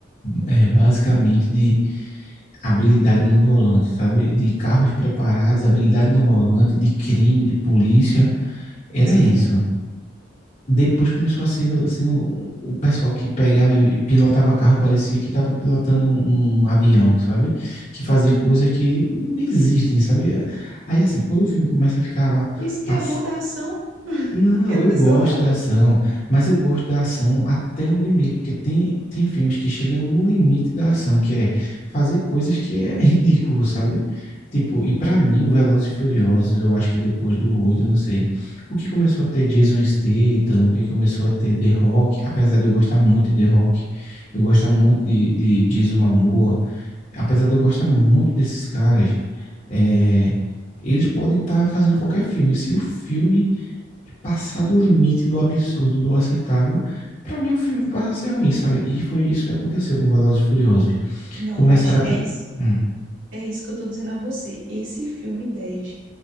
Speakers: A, on the left; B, on the right.
A: é, basicamente de habilidade no volante, sabe? De carros preparados, habilidade no volante, de crime, de polícia. Era
B: Sim.
A: isso.
B: <laughs>
A: Depois começou a ser sendo o pessoal que pegava e pilotava carro, parecia que estava pilotando um, um avião, sabe? Que fazia
B: Uhum.
A: coisas que não existem, sabe? Aí, assim, quando o filme começa a ficar
B: Isso que
A: pass-
B: é bom da ação, <laughs>
A: Não,
B: porque a
A: eu
B: pessoa,
A: gosto da ação, mas eu gosto da ação até um limite, porque tem, tem filmes que chegam no limite da ação, que é fazer coisas que é ridículo, sabe? Tipo, e pra mim, o Velozes e Furiosos, eu acho que depois do 8, não sei, o que começou a ter Jason Statham, o que começou a ter The Rock, apesar de eu gostar muito de The Rock, eu gostar
B: sim.
A: muito de, de Jason Momoa, apesar de eu gostar muito desses caras, é, eles podem estar fazendo qualquer filme, se o filme e passar do limite do absurdo, do aceitável, para mim o filme passa a ser ruim, sabe? E foi isso que aconteceu com Velozes e Furiosos.
B: Não,
A: Começaram
B: mas
A: a... con-
B: é isso.
A: Hum,
B: É isso que eu tô dizendo a você. Esse filme 10,